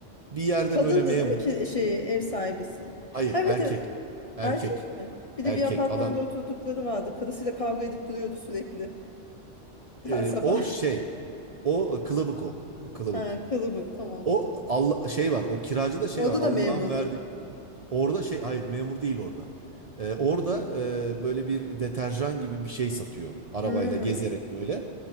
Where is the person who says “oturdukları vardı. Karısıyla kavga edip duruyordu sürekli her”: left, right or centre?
Left